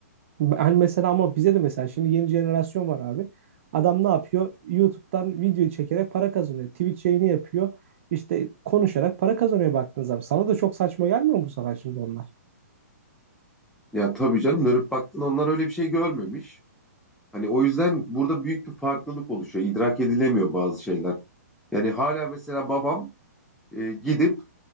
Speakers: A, on the right; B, in the centre.
A: Ben mesela ama bize de mesela şimdi yeni jenerasyon var abi. Adam ne yapıyor? YouTube'dan video çekerek para kazanıyor. Twitch yayını yapıyor. İşte konuşarak para kazanıyor baktığın zaman. Sana da çok saçma gelmiyor mu bu sefer şimdi onlar?
B: Ya tabii canım dönüp baktın onlar öyle bir şey görmemiş. Hani o yüzden burada büyük bir farklılık oluşuyor. İdrak edilemiyor bazı şeyler. Yani hala mesela babam e, gidip